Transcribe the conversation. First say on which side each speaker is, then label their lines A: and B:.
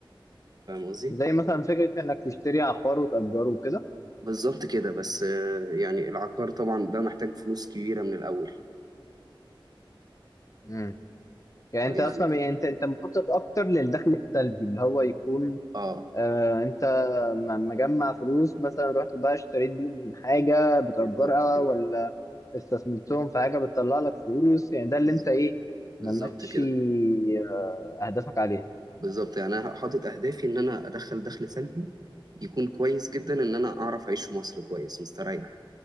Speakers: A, on the right; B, on the left.
A: فاهم قصدي
B: زي مثلا فكرة انك تشتري عقار وتأجره وكده
A: بالظبط كده بس آه، يعني العقار طبعا ده محتاج فلوس كبيره من الاول
B: مم. يعني انت
A: يعني
B: اصلا يعني انت انت مخطط اكتر للدخل السلبي اللي هو يكون
A: اه
B: آه، انت م- مجمع فلوس مثلا رحت بقى اشتريت بيهم حاجة بتأجرها
A: بالظبط كده
B: ولا استثمرتهم في حاجة بتطلع لك فلوس يعني ده اللي
A: بز-
B: انت ايه
A: بالظبط
B: ممشي
A: كده
B: آه، اهدافك عليها
A: بالظبط يعني انا حاطط اهدافي ان انا ادخل دخل سلبي يكون كويس جدا ان انا اعرف اعيش في مصر كويس مستريح